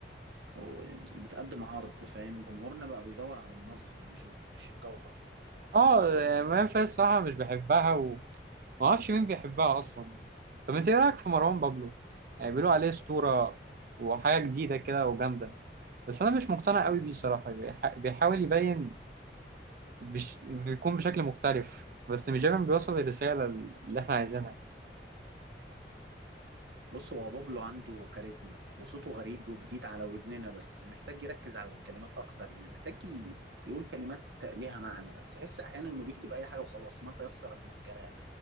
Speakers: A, on the right; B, on the right.
A: وبتقدم عرض فاهم جمهورنا بقى بيدور على المظهر مش مش الجوهر
B: اه آه، مريم فارس صراحة مش بحبها ومعرفش مين بيحبها أصلا طب انت ايه رأيك في مروان بابلو؟ يعني بيقولوا عليه أسطورة وحاجة جديدة كده وجامدة بس أنا مش مقتنع قوي بيه صراحة بيح- بيحاول يبين بش... إنه يكون بشكل مختلف بس مش دايما بيوصل الرسالة اللي احنا عايزينها
A: بص هو بابلو عنده كاريزما وصوته غريب وجديد على ودننا بس محتاج يركز على الكلمات اكتر يعني محتاج ي- يقول كلمات ليها معنى تحس احيانا انه بيكتب اي حاجه وخلاص ما تيسر من الكلام